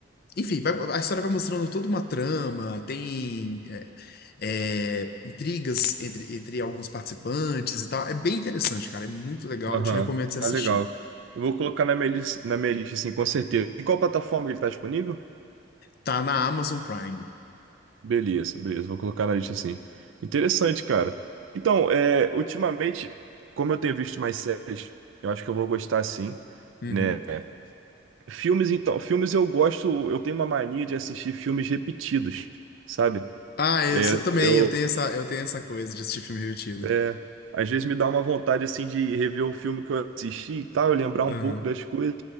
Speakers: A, on the left; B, on the right.
A: enfim, vai- a história vai mostrando toda uma trama, tem é, é, intrigas entre, entre alguns participantes e tal. É bem interessante, cara. É muito legal.
B: aham.
A: Eu te recomendo você assistir.
B: Ah, legal. Eu vou colocar na minha, lis- na minha lista, assim, com certeza. Em qual plataforma ele tá disponível?
A: Tá na Amazon Prime.
B: Beleza, beleza. Vou colocar na lista assim. Interessante, cara. Então, é, ultimamente, como eu tenho visto mais séries, eu acho que eu vou gostar sim,
A: Uhum.
B: né? Filmes, então, filmes eu gosto, eu tenho uma mania de assistir filmes repetidos, sabe?
A: Ah, eu,
B: É,
A: sou- também,
B: eu,
A: eu tenho essa, eu tenho essa coisa de assistir filme repetido.
B: é, às vezes me dá uma vontade assim de rever o filme que eu assisti e tal, eu lembrar
A: Aham.
B: um pouco das coisas.